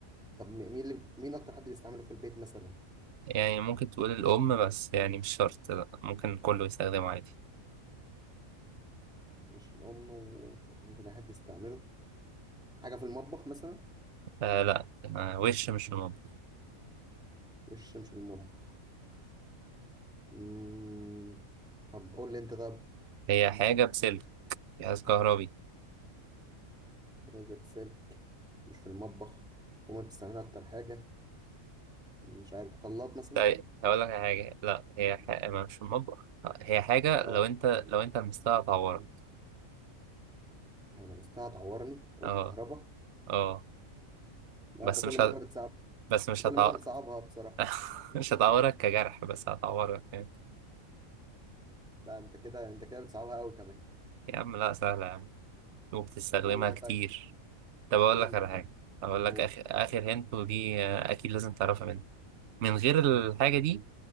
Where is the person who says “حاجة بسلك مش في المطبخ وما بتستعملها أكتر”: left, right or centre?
Centre